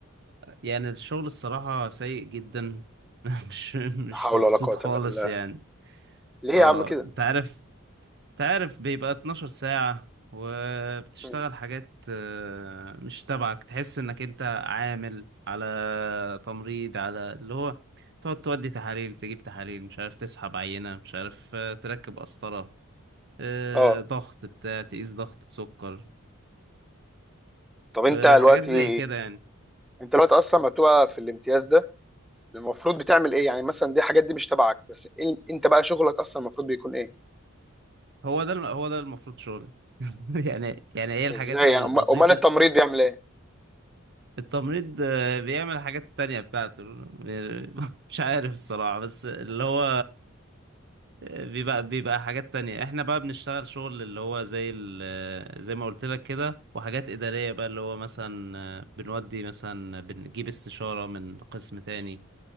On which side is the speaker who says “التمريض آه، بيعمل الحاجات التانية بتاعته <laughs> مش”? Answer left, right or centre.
Right